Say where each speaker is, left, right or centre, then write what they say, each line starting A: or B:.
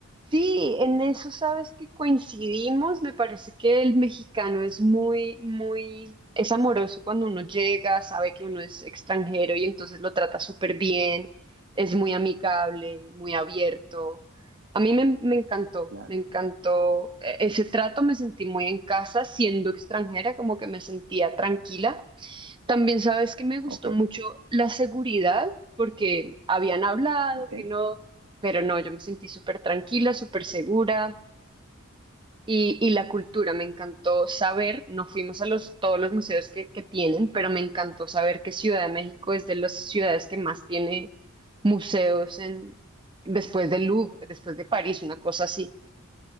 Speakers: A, on the right; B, on the right.
A: Sí, en eso sabes que coincidimos. Me parece que el mexicano es muy, muy, es amoroso cuando uno llega, sabe que uno es extranjero y entonces lo trata súper bien. Es muy amigable, muy abierto. A mí me, me encantó,
B: Claro,
A: me encantó e- ese trato. Me sentí muy en casa siendo extranjera, como que me sentía tranquila. También sabes que me gustó
B: ok,
A: mucho la seguridad, porque habían hablado
B: ok.
A: que no, pero no, yo me sentí súper tranquila, súper segura y, y la cultura, me encantó saber, no fuimos a los, todos los museos que, que tienen, pero me encantó saber que Ciudad de México es de las ciudades que más tiene museos en, después de Louvre, después de París, una cosa así.